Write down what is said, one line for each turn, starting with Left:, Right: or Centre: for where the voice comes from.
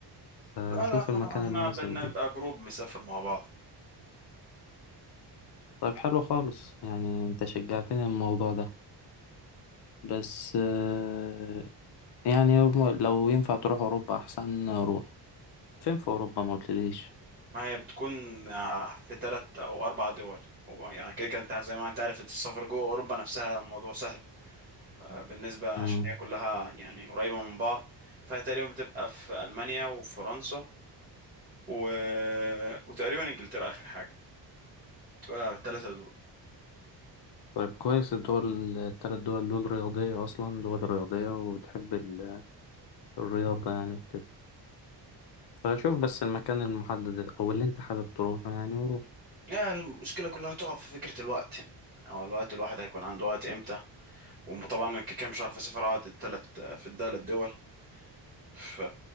Left: فشوف
Right: لا لا
Left: المكان
Right: احنا
Left: المناسب
Right: بنبقى
Left: ليك
Right: جروب مسافر مع بعض
Left: طيب حلو خالص يعني انت شجعتني الموضوع ده بس آه، يعني لو ينفع تروح اوروبا احسن روح فين في اوروبا ما قلتليش
Right: ما هي بتكون آه، في تلات او اربع دول هو يعني كده كده انت زي ما انت عارف السفر جوه اوروبا نفسها موضوع سهل آه، بالنسبة
Left: امم
Right: عشان هي كلها يعني قريبة من بعض فهي تقريبا بتبقى في ألمانيا وفرنسا و... وتقريبا إنجلترا آخر حاجة بتبقى الثلاثة دول
Left: طيب كويس الدول التلات دول دول رياضية اصلا دول رياضية وتحب ال- الرياضة يعني وكده فشوف بس المكان المحدد او اللي انت حابب تروحه يعني وروح
Right: يعني المشكلة كلها تقع في فكرة الوقت يعني هو الوقت الواحد هيكون عنده وقت إمتى وطبعا أنا كده كده مش عارف أسافر أقعد التلات في الثلاث دول ف...